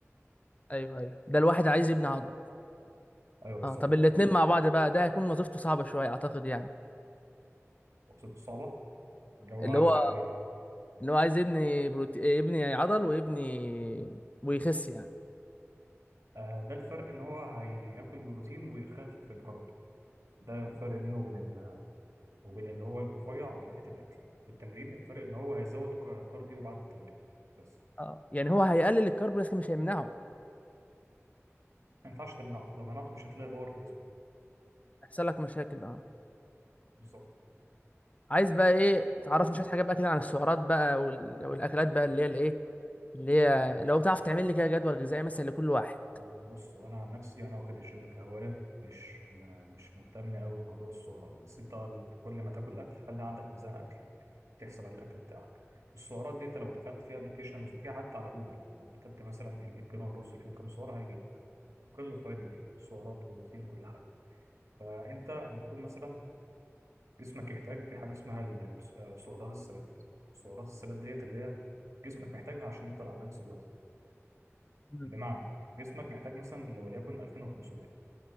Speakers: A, on the left (about 30°); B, on the right (about 90°).
A: ايوه ايوه ده الواحد عايز يبني عضل
B: ايوه بالظبط
A: اه طب الاتنين مع بعض بقى ده هيكون وظيفته صعبة شوية اعتقد يعني
B: وصفته صعبه اللي هو
A: اللي
B: عاوز
A: هو
B: يعمل ايه
A: اللي هو عايز يبني بروتي... آه، يبني عضل ويبني ويخس يعني
B: آه ده الفرق ان هو هياكل بروتين ويخفف الكارب ده الفرق بينه وبين ال... وبين اللي هو الرفيع من ناحيه الاكل في التمرين الفرق ان هو هيزود ك- كارديو بعد التمرين بس
A: اه يعني هو هيقلل الكرب لكن مش هيمنعه
B: ما ينفعش تمنعه لو منعته مش هتلاقي باور في جسمك
A: هيحصل لك مشاكل اه
B: بالظبط
A: عايز بقى ايه تعرفني شوية حاجات بقى كده عن السعرات بقى وال... والاكلات بقى اللي هي الايه اللي هي لو تعرف تعمل لي كده جدول غذائي مثلا لكل واحد
B: بص وانا عن نفسي انا واخد الجيم كهوايه مش ما مش مهتم قوي بموضوع السعرات بس انت ال- كل ما تاكل اكل خلي عندك ميزان اكل تحسب عليه الاكل بتاعك والسعرات دي انت لو دخلت في ابلكيشنز وفي حتى على جوجل لو كتبت مثلا ال 100 جرام رز فيهم كام سعره هيجي لك وكل الفوائد اللي فيها سعرات وبروتين كل حاجه فانت المفروض مثلا جسمك يحتاج في حاجه اسمها ال- ال- آه، سعرات الثبات سعرات الثبات ديت اللي هي جسمك محتاجها عشان يفضل على نفس الوزن
A: مم.
B: بمعنى جسمك محتاج مثلا لو وليكن 2500